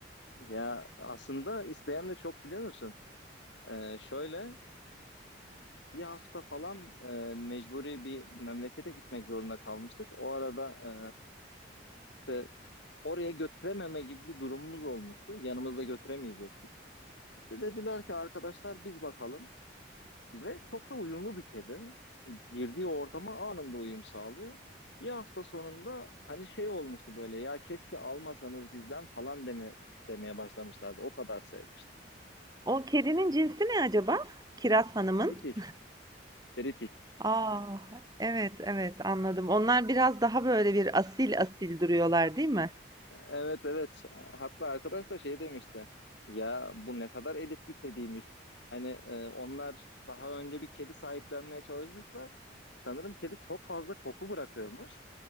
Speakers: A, on the left; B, on the right.
A: Ya aslında isteyen de çok biliyor musun? Ee, şöyle bir hafta falan e, mecburi bir memlekete gitmek zorunda kalmıştık. O arada e, işte oraya götürememe gibi bir durumumuz olmuştu. Yanımızda götüremeyecektik. İşte dediler ki arkadaşlar biz bakalım. Ve çok da uyumlu bir kedi. Girdiği ortama anında uyum sağlıyor. Bir hafta sonunda hani şey olmuştu böyle ya keşke almasanız bizden falan deme, demeye başlamışlardı. O kadar sevmişti.
B: O kedinin cinsi ne acaba? Kiraz Hanım'ın.
A: Kritik, kritik.
B: Aa, evet evet anladım. Onlar biraz daha böyle bir asil asil duruyorlar değil mi?
A: Evet evet. Hatta arkadaş da şey demişti. Ya bu ne kadar elit bir kediymiş. Hani e, onlar daha önce bir kedi sahiplenmeye çalışmışlar. Sanırım kedi çok fazla koku bırakıyormuş.